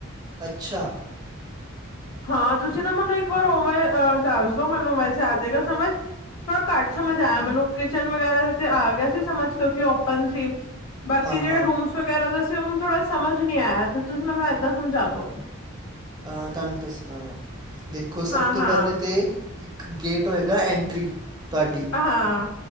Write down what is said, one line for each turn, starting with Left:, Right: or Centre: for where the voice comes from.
Right: ਅੱਛਾ।
Left: ਹਾਂ, ਤੁਸੀ ਨਾ ਮੈਨੂੰ ਇਕ ਵਾਰ ਉਵੇਂ ਦੱਸਦੋ, ਮੈਨੂੰ ਵੈਸੇ ਆਜੇਗਾ ਸਮਝ। ਥੋੜਾ ਘੱਟ ਸਮਝ ਆਇਆ ਮੈਨੂੰ। ਕਿਚਨ ਵਗੈਰਾ ਤੇ ਆ ਗਿਆ ਸੀ, ਸਮਝ ਕਿਉਕਿ ਓਪਨ ਸੀ। ਬਾਕੀ
Right: ਹਾਂ
Left: ਜੇੜੇ
Right: ਹਾਂ
Left: ਰੂਮਸ ਵਗੈਰਾ ਦਾ ਸੀ, ਉਨੂੰ ਥੋੜ੍ਹਾ ਸਮਝ ਨੀ ਆਇਆ, 'ਤੇ ਤੁਸੀ ਮੈਨੂੰ ਏਦਾਂ ਸਮਝਾ ਦੋ।
Right: ਹਾਂ, ਤੁਹਾਨੂੰ ਦੱਸਨਾ ਵਾਂ, ਦੇਖੋ, ਸਭ
Left: ਹਾਂ
Right: ਤੋ
Left: ਹਾਂ
Right: ਪਹਿਲੇ ਤੇ ਇਕ ਗੇਟ ਹੋਏਗਾ ਐਟਰੀ, ਤੁਹਾਡੀ
Left: ਹਾਂ